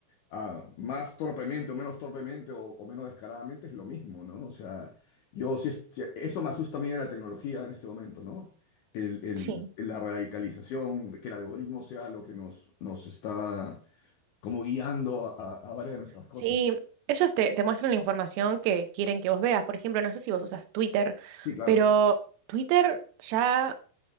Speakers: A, on the left (about 85°); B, on the right (about 80°).
A: Ah, más torpemente o menos torpemente o, o menos descaradamente es lo mismo, ¿no? O sea, yo sí, es- sí, eso me asusta a mí de la tecnología en este momento, ¿no? El, el-
B: sí.
A: la radicalización, que el algoritmo sea lo que nos, nos está como guiando a, a varias de nuestras cosas.
B: Sí, ellos te, te muestran la información que quieren que vos veas. Por ejemplo, no sé si vos usas Twitter,
A: Sí, claro.
B: pero Twitter ya...